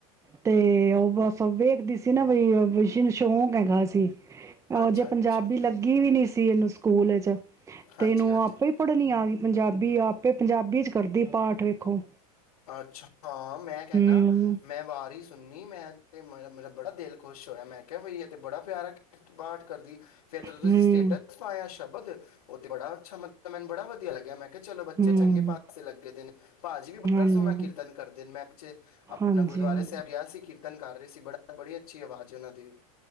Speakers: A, on the right; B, on the left.
A: ਤੇ ਔ ਬਸ ਵੇਖਦੀ ਸੀ ਨਾ ਬਈ ਸਿ਼ਨ ਸ਼ੌਕ ਹੈਗਾ ਸੀ। ਔ
B: ਅੱਛਾ
A: ਅਜੇ
B: ਅੱਛਾ
A: ਪੰਜਾਬੀ ਲੱਗੀ ਵੀ ਨੀ ਸੀ ਏਨੂੰ ਸਕੂਲ ਚ
B: ਹਾਂਜੀ
A: ਤੇ ਏਨੂੰ
B: ਹਾਂਜੀ
A: ਆਪੇ ਈ ਪੜ੍ਹਨੀ ਆ ਗੀ ਪੰਜਾਬੀ ਆਪੇ ਪੰਜਾਬੀ ਚ ਕਰਦੀ ਏ ਪਾਠ ਵੇਖੋ।
B: ਅੱਛਾ ਹਾਂ ਮੈਂ ਕੈਣਾ
A: ਹਮ
B: ਮੈਂ ਵਾਰੀ ਸੁ ਸੁਨੀ ਮੈਂ ਤੇ ਮੇਰ ਮੇਰਾ ਬੜਾ ਦੇਲ ਖੋਸ਼ ਹੋਯਾ ਮੈਂ ਕਿਆ ਬਈ ਐ ਤੇ ਬੜਾ ਪਿਆਰਾ ਕਿਰ ਪਾਠ ਕਰਦੀ ਏ। ਫੇਰ ਜਦੋ ਤੁਸੀਂ
A: ਹੂੰ,
B: ਸਟੇਟਸ ਪਾਯਾ ਸ਼ਬਦ ਔ ਤੇ ਬੜਾ ਅੱਛਾ ਮਲਬ ਮੈਨੂੰ ਬੜਾ ਵਧੀਆ ਲੱਗਿਆ, ਮੈਂ ਕਿਆ ਚਲੋ ਬੱਚੇ
A: ਹੂੰ,
B: ਚੰਗੇ ਪਾਸੇ ਲੱਗੇ ਦੇ ਨੇ। ਪਾਜ ਬੜਾ
A: ਹਾਂਜੀ,
B: ਸੋਣਾ ਕੀਰਤਨ ਕਰਦੇ ਨੇ ਮੈਂ ਪਿੱਛੇ ਅਪਣਾ
A: ਹਾਂਜੀ,
B: ਗੁਰਦੁਆਰੇ
A: ਹਾਂਜੀ।
B: ਸੈਬ ਗਿਆ ਸੀ ਕੀਰਤਨ ਕਰ ਰਹੇ ਸੀ ਬੜਾ ਬੜੀ ਅੱਛੀ ਆਵਾਜ਼ ਓਨਾਂ ਦੀ ਵੀ।